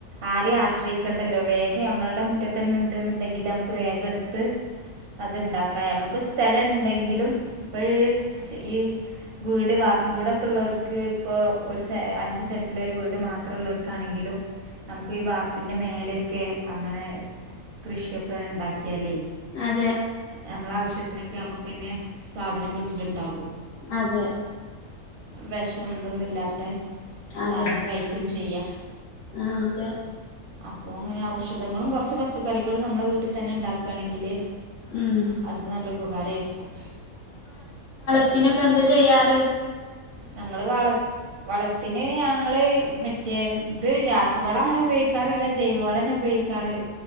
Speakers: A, on the right (about 55°); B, on the left (about 85°).
A: ആരിം ആശ്രയിക്കണ്ട വേഗം ഞമ്മളുടെ മുറ്റത്ത് തന്നെ ഉണ്ട് എന്നുണ്ടെങ്കിൽ നമുക്ക് വേഗം എടുത്ത് അത്ണ്ടാക്കാം നമുക്ക് സ്ഥലം ഉണ്ടെങ്കിലും ഇപ്പൾഈ ഈ വീട് വാർപ്പും വീടൊക്കെ ഉള്ളവർക്ക് ഇപ്പോൾ ഒരു സെ അഞ്ച് സെന്റിൽ ഒരു വീട് മാത്രം ഉള്ളവർക്കാണെങ്കിലും നമുക്ക് ഈ വാർപ്പിന്റെ മേലൊക്കെ അങ്ങനെ കൃഷിയൊക്കെ ഉണ്ടാക്കിയാല്
B: അതെ
A: നമ്മളെ ആവശ്യത്തിനൊക്കെ നമുക്ക് തന്നെ സാധനം വീട്ടിലുണ്ടകും
B: അതെ
A: വെഷം ഇതൊന്നുല്ലാത്ത
B: അതെ
A: സാധനം കഴിക്കയും ചെയ്യാം
B: ആഹ് അതെ
A: അപ്പോ അങ്ങനെ ഔഷധങ്ങളും കുറച്ച് പച്ചക്കറികളും നമ്മ വീട്ടില് തന്നെ ഉണ്ടാക്കുകയാണെങ്കില്
B: ഉം
A: അത് നല്ല ഉപകാരയിരിക്കും
B: ത്തിനൊക്കെ എന്താ ചെയ്യാറ്
A: ഞങ്ങള് വള വളത്തിന് ഞങ്ങള് മ മറ്റേ ഇത് രാസവള അങ്ങനെ ഉപയോഗിക്കാറില്ല ജൈവ വള നെഉപയോഗിക്കാറ്